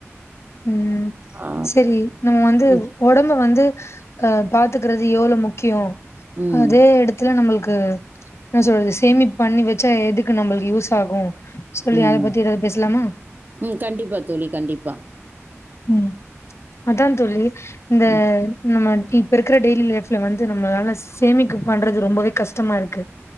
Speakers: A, on the left; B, on the right.
A: ம்
B: ஆ,
A: சரி நம்ம வந்து
B: ம்
A: ஒடம்ப வந்து அ பாத்துக்கறது எவ்வளவு மு க்கியோ
B: ம்
A: அதே எடத்துல நம்மளுக்கு க என்ன சொல்றது சேமிப்பு பண்ணி வெச் சே எதுக்கு நம்ளுக்கு யூஸ் யூசாகோ சொல்லி
B: ம்
A: அத பத்தி எதாவது பேசலாமா
B: ம் கண்டிப்பாக தோழி கண்டிப்பாக
A: ம் அதான் தோழி இந்த
B: ம்
A: இந்த மாரி இப்ப இருக்குற டெய்லி லைஃப்ல வந்து நம்மளால சேமிக்க பண்றது ரொம்பவே கஷ்டமா இருக்கு